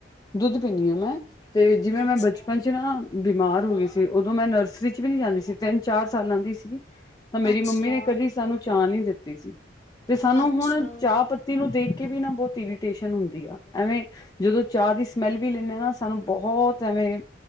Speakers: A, on the left; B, on the left.
A: ਦੁੱਧ ਪੀਂਦੀ ਆ ਮੈਂ ਤੇ ਜਿਵੇਂ ਮੈਂ
B: ਅੱਛਾ
A: ਬਚਪਨ ਚ ਨਾ ਬਿਮਾਰ ਹੋ ਗਈ ਸੀ ਉਦੋਂ ਮੈਂ ਨਰਸਰੀ ਚ ਵੀ ਨਹੀਂ ਜਾਂਦੀ ਸੀ ਤਿੰਨ ਚਾਰ ਸਾਲਾਂ ਦੀ ਸੀਗੀ ਤਾਂ ਮੇਰੀ
B: ਅੱਛਾ
A: ਮੰਮੀ ਨੇ ਕਦੀ ਸਾਨੂੰ ਚਾਹ ਨਹੀ ਦਿੱਤੀ। ਠੀਕ ਸੀ। <unintelligible> ਤੇ ਸਾਨੂੰ
B: ਅੱਛਾ
A: ਹੁਣ ਚਾਹ ਪੱਤੀ ਨੂੰ ਦੇਖ ਕੇ ਵੀ ਨਾ ਬਹੁਤ ਇਰੀਟੇਸ਼ਨ ਹੁੰਦੀ ਆ ਐਵੇਂ ਜਦੋਂ ਚਾਹ ਦੀ ਸਮੈੱਲ ਵੀ ਲੈਣੇ ਹਾਂ ਨਾ ਸਾਨੂੰ ਬਹੁਤ ਤਵੇਂ